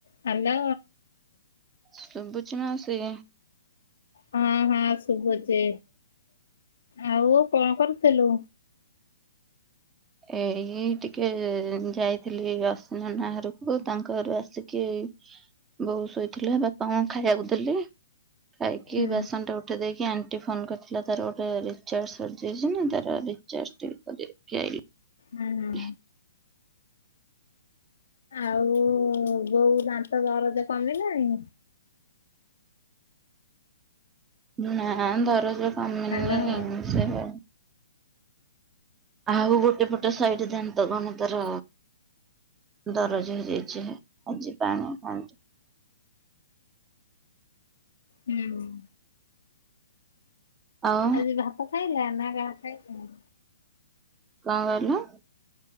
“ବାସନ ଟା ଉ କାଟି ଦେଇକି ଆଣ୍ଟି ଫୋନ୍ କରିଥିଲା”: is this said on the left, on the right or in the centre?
Right